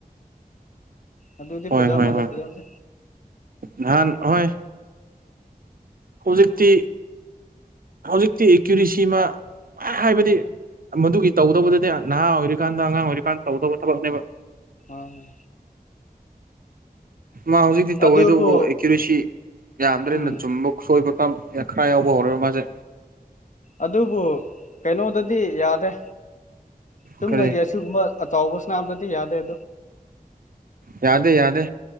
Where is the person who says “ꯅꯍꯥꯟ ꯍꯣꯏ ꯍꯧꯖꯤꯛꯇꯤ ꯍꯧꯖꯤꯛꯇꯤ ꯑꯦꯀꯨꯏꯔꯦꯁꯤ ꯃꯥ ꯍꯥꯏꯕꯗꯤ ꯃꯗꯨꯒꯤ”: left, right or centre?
Right